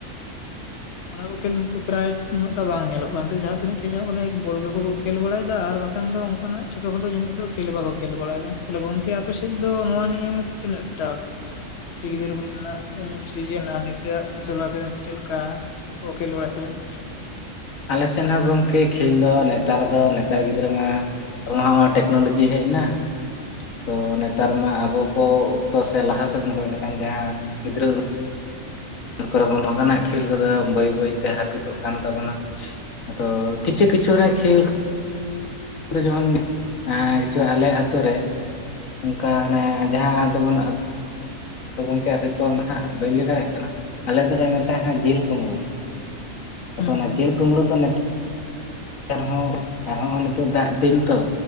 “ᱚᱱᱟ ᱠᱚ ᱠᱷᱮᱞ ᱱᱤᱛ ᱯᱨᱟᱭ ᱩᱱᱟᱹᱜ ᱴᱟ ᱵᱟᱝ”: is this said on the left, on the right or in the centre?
Left